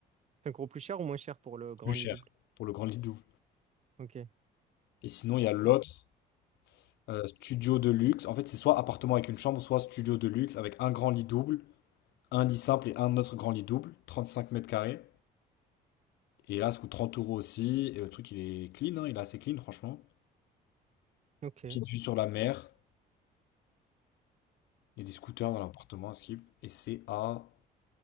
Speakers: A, on the right (about 40°); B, on the left (about 80°).
A: encore plus cher ou moins cher pour le grand
B: Plus cher
A: lit double?
B: pour le grand lit double.
A: Ok.
B: Et sinon, il y a l'autre,
A: Ah,
B: euh, studio de luxe. En fait, c'est soit appartement avec une chambre, soit studio de luxe avec un grand lit double, un lit simple et un autre grand lit double, 35 mètres carrés. Et là, ça coûte 30 euros aussi. Et le truc, il est clean, hein, il est assez clean, franchement.
A: Ok.
B: Petite vue sur la mer. Il y a des scooters dans l'appartement à Skip. Et c'est à.